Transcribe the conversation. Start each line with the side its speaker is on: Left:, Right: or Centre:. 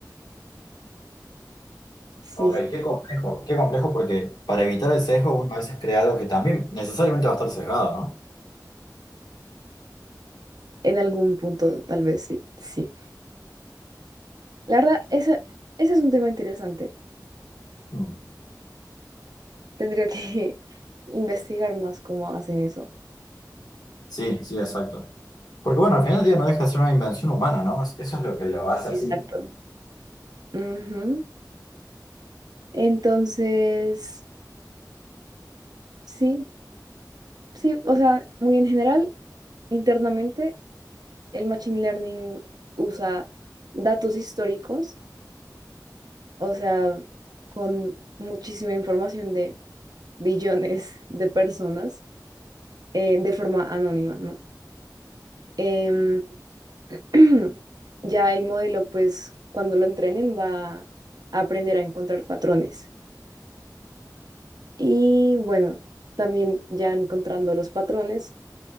Right: Sí,
Left: ok, qué complejo. Qué complejo porque para evitar el sesgo uno a veces crea algo que también necesariamente va a estar sesgado,
Right: en algún punto tal vez sí, sí. La verdad, esa- ese es un tema interesante.
Left: ¿no? Mm.
Right: Tendría que <laughs> investigar más cómo hacen eso.
Left: Sí, sí, exacto. Porque bueno, al final del día no deja de ser una invención humana, ¿no? Es- Eso es lo que lo hace así.
Right: Exacto. Ujú. Entonces, sí, sí, o sea, muy en general, internamente el Machine Learning usa datos históricos, o sea, con muchísima información de billones de personas eh, de forma anónima, ¿no? Em, <clears throat> ya el modelo, pues, cuando lo entrenen, va a aprender a encontrar patrones. Y bueno, también ya encontrando los patrones,